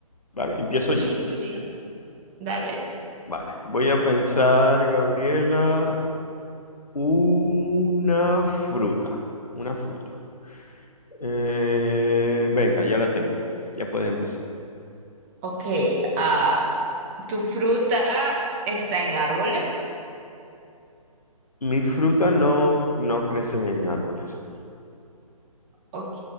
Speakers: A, on the left (about 80°); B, on the right (about 20°).
A: ¿vale? Empiezo
B: Listo,
A: yo.
B: listo. Dale.
A: Vale, voy a pensar, Gabriela, una fruta, una fruta. Eh, venga, ya la tengo. Ya puedes empezar.
B: Ok, ah, ¿tu fruta está en árboles?
A: Mis frutas no, no crecen en árboles.
B: Ok,